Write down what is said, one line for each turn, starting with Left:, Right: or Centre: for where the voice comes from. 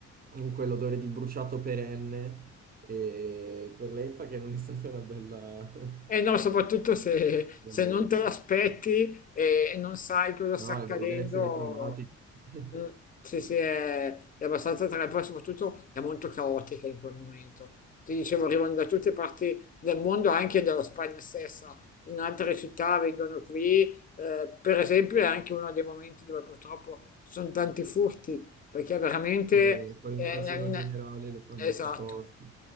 Right: in quell'odore di bruciato perenne e per lei fa che non è stata una bella...
Left: E no, soprattutto se,
Right: <laughs>
Left: se non te l'aspetti e, e non sai cosa sta
Right: No,
Left: accadendo,
Right: e- e deve essere traumatico. <laughs>
Left: mm, sì, sì, è, è abbastanza tra poi soprattutto è molto caotica in quel momento. Ti dicevo, arrivano da tutte parti del mondo, anche dalla Spagna stessa, in altre città vengono qui, eh, per esempio è anche uno dei momenti dove purtroppo ci sono tanti furti, perché veramente...
Right: E poi
Left: eh,
Right: in casino
Left: nel- nel-
Right: generale lo fanno
Left: esatto.
Right: anche apposta.